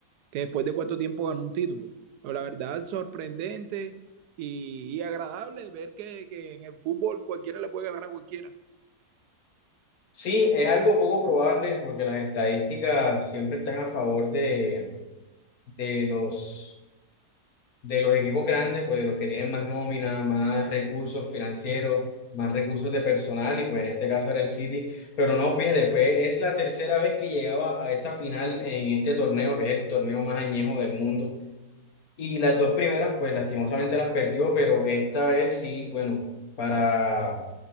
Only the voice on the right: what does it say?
que después de cuánto tiempo ganó un título. Pero la verdad, sorprendente y, y agradable ver que, que, en el fútbol cualquiera le puede ganar a cualquiera.